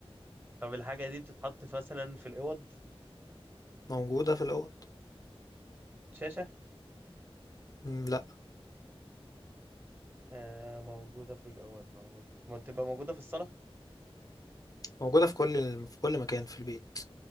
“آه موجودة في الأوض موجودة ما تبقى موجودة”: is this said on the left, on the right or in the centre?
Right